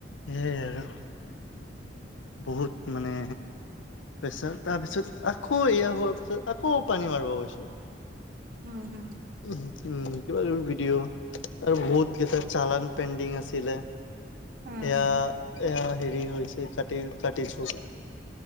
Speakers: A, on the left; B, on the right.
A: সেই আৰু বহুত মানে প্ৰেছাৰ তাৰ পিছত আকৌ এয়া হোৱাৰ পিছত আকৌ পানী মাৰিব গৈছোঁ
B: উম হুম
A: উ উম কিবা কিবি ভিডিঅ' আৰু বহুত কেইটা চালান পেণ্ডিং আছিলে
B: হুম,
A: এয়া
B: হুম,
A: এয়া হেৰি হৈছে কাটি কাটিছো